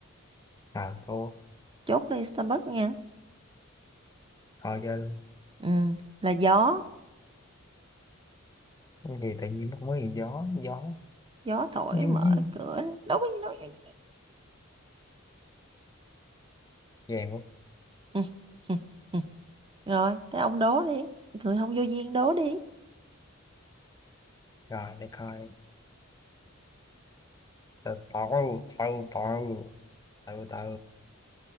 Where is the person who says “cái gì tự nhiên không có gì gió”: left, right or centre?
Left